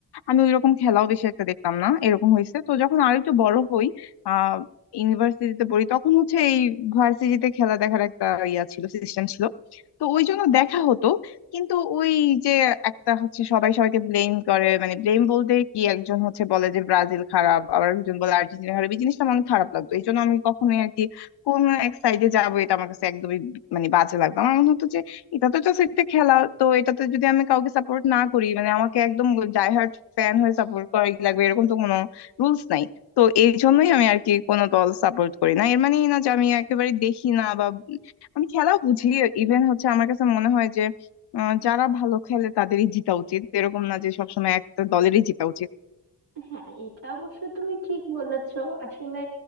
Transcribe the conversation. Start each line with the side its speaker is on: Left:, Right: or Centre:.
Left: আমি ওইরকম খেলাও বেশি একটা দেখতাম না এরকম হয়েছে তো যখন আর একটু বড় হই আহ ইউনিভার্সিটিতে পড়ি তখন হচ্ছে এই ভার্সিটিতে খেলা দেখার একটা ইয়া ছিল সিস্টেম ছিল তো ওই জন্য দেখা হতো কিন্তু ওই যে একটা হচ্ছে সবাই সবাইকে ব্লেম করে মানে ব্লেম বলতে কি একজন হচ্ছে বলে যে ব্রাজিল খারাপ আবার একজন বলে আর্জেন্টিনা খারাপ এই জিনিসটা আমার অনেক খারাপ লাগতো এই জন্য আমি কখনোই আর কি কোন এক সাইডে যাবো এটা আমার কাছে একদমই বি- মানে বাজে লাগতো আমার মনে হতো যে এটা তো জাস্ট একটা খেলা তো এটাতে যদি আমি কাউকে সাপোর্ট না করি মানে আমাকে একদম ডাই হার্ড ফ্যান হয়ে সাপোর্ট করাই লাগবে এরকম তো কোনো রুলস নাই তো এই জন্যই আমি আর কি কোনো দল সাপোর্ট করি না এর মানেই না যে আমি একেবারে দেখি না বা আমি খেলা বুঝি ইভেন হচ্ছে আমার কাছে মনে হয় যে আহ, যারা ভালো খেলে তাদেরই জিতা উচিত এরকম না যে সবসময় একটা দলেরই জিতা উচিত
Right: হ্যাঁ এটা অবশ্য তুমি ঠিক বলেছো আসলে